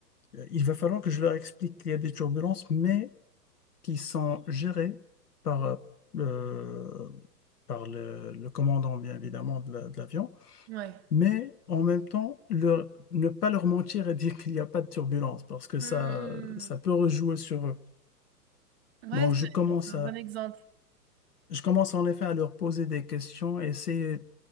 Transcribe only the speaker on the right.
ouais.
Hmm.
Ouais,
c'est
c'est un
bon exemple.